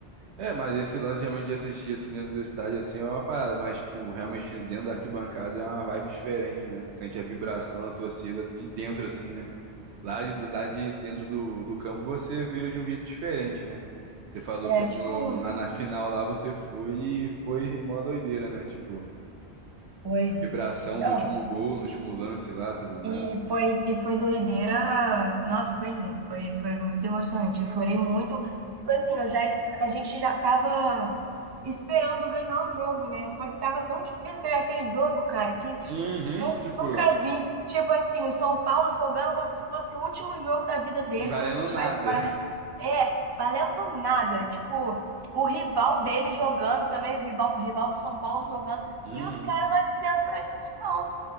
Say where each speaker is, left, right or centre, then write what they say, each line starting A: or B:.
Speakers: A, on the right; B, on the right.
A: É, mas esse lance realmente de assistir assim dentro do estádio assim é uma parada, mas tipo, realmente dentro da arquibancada é uma vibe diferente, né? Sente a vibração da torcida de dentro assim, né? Lá, de- lá de dentro do, do campo você veio de um jeito diferente, né? Você falou
B: É,
A: que no-
B: tipo,
A: lá na final lá você foi e foi mó doideira, né? Tipo,
B: foi.
A: vibração
B: Não,
A: do último gol, no último lance lá, tudo mais.
B: e foi, e foi doideira. Nossa, foi lindo, foi, foi muito emocionante. Eu chorei muito. Tipo assim, eu já, es- a gente já tava esperando ganhar o jogo, né? Só que tava tão difícil ganhar aquele jogo, cara, que
A: Uhum,
B: Nu-
A: Tipo,
B: Nunca vi, tipo assim, o São Paulo jogando como se fosse o último jogo da vida dele,
A: não valendo
B: como se estivesse
A: nada.
B: valendo, é, valendo nada. Tipo, o rival dele jogando também, o rival, o rival do São Paulo jogando,
A: uhum,
B: e os caras não avisando pra gente, não.